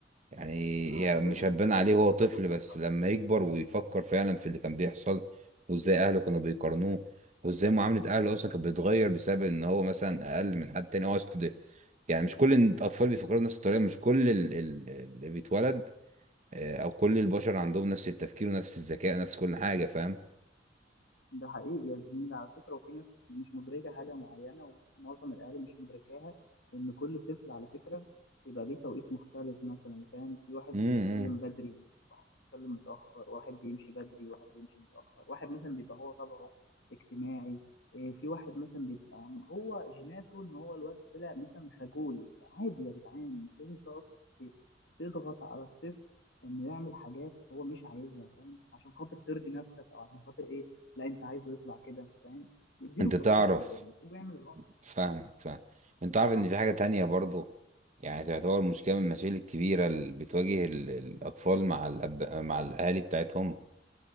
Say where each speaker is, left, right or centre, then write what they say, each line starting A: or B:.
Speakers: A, on the right (about 40°); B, on the left (about 70°).
A: يعني
B: حرفيا
A: هي مش هتبان
B: كمان
A: عليه وهو
B: ثقته
A: طفل
B: بنفسه
A: بس لما يكبر ويفكر فعلا في اللي كان بيحصل وازاي اهله كانوا بيقارنوه وازاي معاملة اهله اصلا كانت بتتغير بسبب ان هو مثلا اقل من حد تاني هو أصل ده- يعني مش كل الاطفال بيفكروا نفس الطريقة مش كل ال- ال- اللي بيتولد آه، او كل البشر عندهم نفس التفكير ونفس الذكاء نفس كل حاجة فاهم
B: ده حقيقي يا زميلي على فكرة وفي ناس مش مدركة حاجة معينة ومعظم الأهالي مش مدركاها إن كل طفل على فكرة يبقى ليه توقيت مختلف مثلا فاهم في واحد
A: امم
B: بيتكلم بدري بيتكلم متأخر واحد بيمشي بدري واحد بيمشي متأخر واحد مثلا بيبقى هو طبعه اجتماعي إيه، في واحد مثلا بيبقى يعني هو جيناته ان هو الواد طلع مثلا خجول فعادي يا جدعان مش لازم تقعد ت- تضغط على الطفل انه يعمل حاجات هو مش عايزها فاهم عشان خاطر ترضي نفسك او عشان خاطر ايه لا انت عايزه يطلع كده فاهم اديله
A: انت
B: فرصته
A: تعرف
B: يعني سيبه يعمل اللي هو
A: فاهمك فاهم انت عارف
B: اه
A: ان في حاجة تانية برضو يعني تعتبر مشكلة من المشاكل الكبيرة اللي بتواجه ال- الأطفال مع الأب... مع الأهالي بتاعتهم